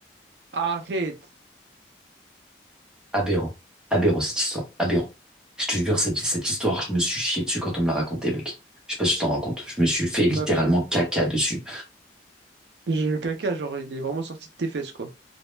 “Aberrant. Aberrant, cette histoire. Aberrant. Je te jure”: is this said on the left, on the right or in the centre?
Centre